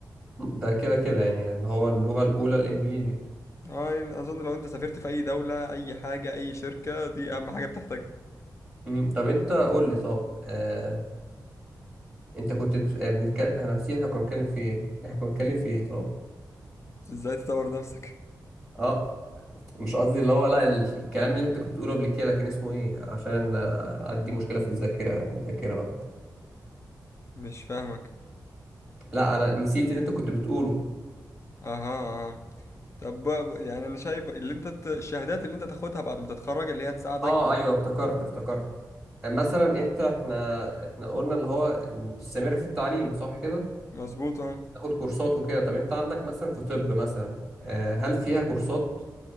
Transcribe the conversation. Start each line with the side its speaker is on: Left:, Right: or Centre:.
Centre: ده كده كده يعني اللي هو اللغه الاولى الانجليزي
Left: اه يعني اظن لو انت سافرت في اي دولة اي حاجة اي شركة دي اهم حاجة بتحتاجها
Centre: امم طب انت قول لي طب آه انت كنت بنتكلم انا نسيت احنا كنا بنتكلم في ايه احنا كنا بنتكلم في ايه طب
Left: ازاي تطور نفسك
Centre: اه مش قصدي اللي هو لا ال- الكلام اللي انت كنت بتقوله قبل كده كان اسمه ايه عشان انا عندي مشكله في الذاكره الذاكره بقى
Left: مش فاهمك
Centre: لا انا نسيت اللي انت كنت بتقوله
Left: اها آه. طب بقى- يعني انا شايف اللي انت ت- الشهادات اللي انت تاخدها بعد ما تتخرج اللي هي تساعدك
Centre: اه ايوه افتكرت افتكرت مثلا انت احنا احنا قلنا اللي هو نستمر في التعليم صح كده
Left: مظبوط اه
Centre: تاخد كورسات وكده طب انت عندك مثلا في طب مثلا آه، هل فيها كورسات